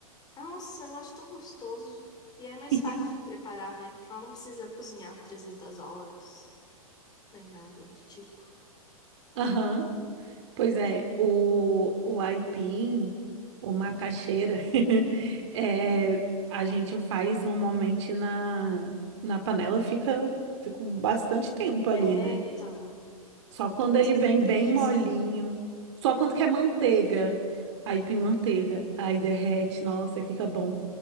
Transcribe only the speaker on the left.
Nossa, eu acho tão gostoso. E é mais
fácil de preparar, né? Porque ela não precisa cozinhar por 300 horas, nem nada do tipo.
É,
então.
É por
isso que
eu tenho preguiça.